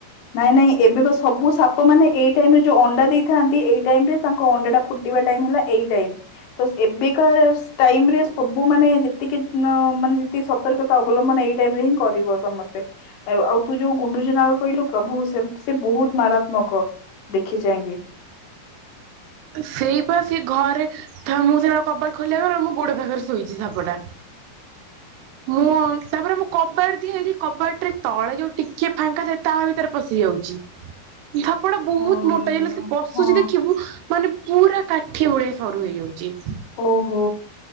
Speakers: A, on the left (about 80°); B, on the right (about 80°).
A: ନାଇଁ ନାଇଁ ଏବେ ଵା ସବୁ ସାପ ସାପ ମାନେ ଏଇ ଟାଇମ ରେ ଯୋଉ ଅଣ୍ଡା ଦେଇଥାନ୍ତି। ଏଇ ଟାଇମ ରେ ତାଙ୍କ ଅଣ୍ଡା ଟା ଫୁଟିବା ଟାଇ ହେଲା ଏଇ ଟାଇମ ତ ଏବେକା ଟାଇମ ରେ ସବୁ ମାନେ ଯେତିକି ମାନେ ଯେତିକି ସତର୍କତା ଅବଲମ୍ବନ ଏଇ ଟାଇମ ରେ କରିବ ସମସ୍ତେ ଆଉ ତୁ ଯୋଉ ଗୁଣ୍ଡୁଚି ନାଗ କହିଲୁ ସବୁ ସେ ସେ ବହୁତ ମାରାତ୍ମକ ଦେଖି ଚାହିଁକି।
B: ସେଇପା ସେ ଘରେ ଥା ମୁଁ ଥା କବାଟ ଖୋଲିବା ମୁଁ ଗୋଡ ପାଖରେ ଶୋଇଛି ସାପଟା ମୁଁ ତାପରେ ମୁଁ କବାଟ ଦିଆଯାଇଛି କବାଟ ରେ ତଳେ ଯୋଉ ଟିକେ ଫାଙ୍କା ଥାଏ ତା ଭିତରେ ପଶି ଯାଉଛି ସାପଟା ବହୁତ
A: ହଁ
B: ମୋଟା ହେଲେ ସେ ପଶୁଛି
A: ହଁ
B: ଦେଖିବୁ ମାନେ ପୁରା କାଠି ଭଳିଆ ସରୁ ହେଇଯାଉଛି।
A: ଓହୋ